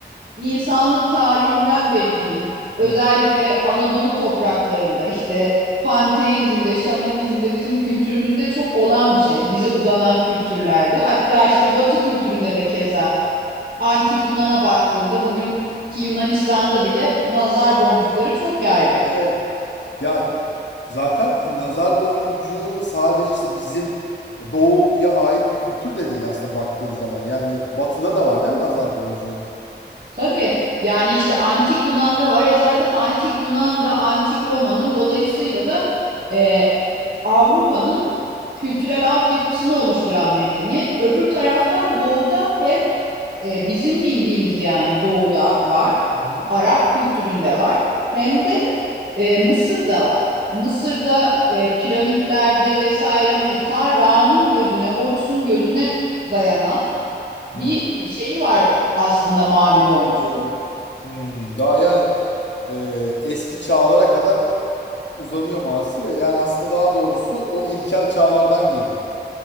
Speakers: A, on the right; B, on the left.
A: insanlık tarihinden beri diyeyim. Özellikle
B: Hı.
A: Anadolu topraklarında işte panteizmde, şamanizmde bizim kültürümüzde çok olan bir şey. Bize uzanan kültürlerde. Hatta işte Batı kültüründe de keza antik Yunan'a baktığında bugünkü Yunanistan'da bile nazar boncukları çok yaygın.
B: Evet. Ya zaten hani nazar boncuğu sadece işte bizim doğuya ait bir kültür de değil aslında baktığın zaman. Yani batıda da var değil mi nazar boncuğu?
A: Tabii yani işte antik Yunan'da var. E zaten antik Yunan'da antik Roma'nın dolayısıyla da e, Avrupa'nın kültürel altyapısını oluşturan medeniyet. Öbür taraftan doğuda hem e, bizim bildiğimiz yani doğuda var,
B: Hı hı.
A: Arap kültüründe var hem de E, Mısır'da var. Mısır'da e, piramitlerde vesaire hani ta Ra'nın gözüne, Horus'un gözüne dayanan
B: Hı.
A: bir şeyi var aslında mavi boncuğun.
B: Hmm, daha yani e, eski çağlara kadar uzanıyor maalesef ve yani aslında daha doğrusu o ilkel çağlardan geliyor.